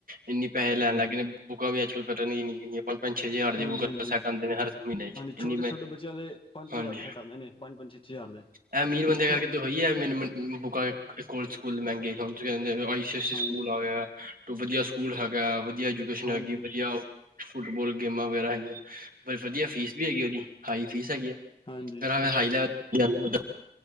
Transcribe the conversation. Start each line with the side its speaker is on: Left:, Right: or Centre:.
Right: ਇੰਨੀ ਪੈਸੇ ਲੈਣ
Left: ਹਾਂਜੀ
Right: ਲਾਗੇ ਨੇ ਬੁੱਕਾਂ ਵੀ ਅੱਜਕਲ <unintelligible> ਗੀਆ। ਪੰਜ ਛੇ ਹਜ਼ਾਰ ਦੀ
Left: ਹਾਂਜੀ
Right: ਬੁੱਕ ਸੈੱਟ ਆਂਦੇ ਨੇ ਹਰ ਮੀਨੇ ਚ
Left: ਹਾਂਜੀ
Right: ਇੰਨੀ
Left: ਛੋਟੇ ਛੋਟੇ ਬੱਚਿਆਂ ਦੇ ਪੰਜ ਪੰਜ
Right: ਹਾਂਜੀ।
Left: ਹਜ਼ਾਰ ਦੇ ਸੈੱਟ ਆਉਂਦੇ ਨੇ ਪੰਜ ਪੰਜ ਛੇ ਛੇ ਜਾਰ ਦੇ।
Right: ਐ ਅਮੀਰ ਬੰਦਿਆ
Left: ਦੇਖੋ
Right: ਕਰਕੇ ਤੇ ਹੋਈ ਐ ਮੈਨੂੰ ਬੁੱਕਾਂ ਕੋਲ ਸਕੂਲ ਮੈਂਗੇ ਹੁਣ ਕੈਂਦੇ ਆਈ ਸੀ ਐਸੀ
Left: ਹਾਂਜੀ
Right: ਸਕੂਲ ਆ ਗਿਆ ਵਧੀਆ ਸਕੂਲ ਹੈਗਾ ਵਧੀਆ। <unintelligible>
Left: ਹਾਂਜੀ
Right: ਵਧੀਆ ਆਓ ਫੁੱਟਬੋਲ ਗੇਮਾਂ ਵਗੈਰਾ ਹੈਗੀਆਂ ਪਰ ਵਧੀਆ ਫੀਸ ਵੀ ਹੈਗੀ ਓਦੀ ਹਾਈ ਫੀਸ ਹੈਗੀ ਆ। ਹਾਈ
Left: ਹਾਂਜੀ
Right: ਲੈਵਲ